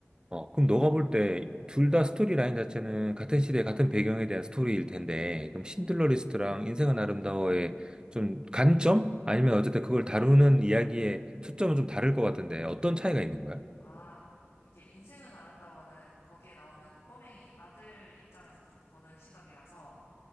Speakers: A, on the right; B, on the left.
A: 어, 그럼 너가 볼 때 둘 다 스토리 라인 자체는 같은 시대, 같은 배경에 대한 스토리일 텐데, 그럼
B: 응.
A: 신들러 리스트랑 인생은 아름다워의 좀 관점? 아니면 어쨌든 그걸 다루는 이야기의 초점은 좀 다를 것 같은데, 어떤 차이가 있는 거야?
B: 아, 이게 인생은 아름다워는 거기에 나오는 꼬맹이 아들 입장에서 좀 보는 시각이라서,